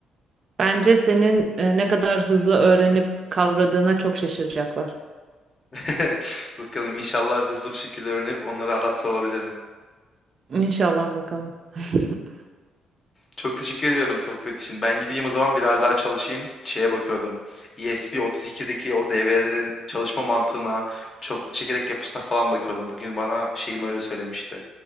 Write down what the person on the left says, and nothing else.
<laughs> Bakalım inşallah hızlı bir şekilde öğrenip onlara adapte olabilirim.
Çok teşekkür ediyorum sohbet için. Ben gideyim o zaman biraz daha çalışayım. Şeye bakıyordum. ESP32'deki o devrelerin çalışma mantığına, çokluk çekerek yapısına falan bakıyordum. Bugün bana şeyim öyle söylemişti.